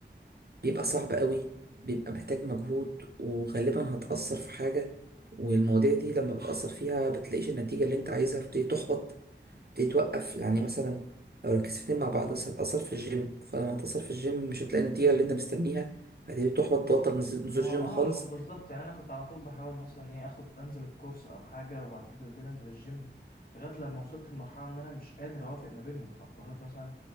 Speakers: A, on the right; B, on the left.
A: بيبقى صعب قوي بيبقى محتاج مجهود وغالبا هتأثر في حاجة والمواضيع دي لما بتأثر فيها بتلاقيش النتيجة اللي انت عايزها بتبتدي تحبط بتبتدي توقف يعني مثلا لو ركزت اتنين مع بعض بس هتأثر في الجيم فلما هتأثر في الجيم مش هتلاقي النتيجة اللي انت مستنيها هتبتدي تحبط تبطل نزول نزول
B: ما هو
A: الجيم
B: اه
A: خالص
B: ما بالظبط يعني انا كنت على طول بحاول مثلا ايه اخد انزل الكورس او حاجه وبعد كده بالليل انزل الجيم لغايه لما وصلت لمرحله ان انا مش قادر اوافق ما بينهم فاضطريت مثلا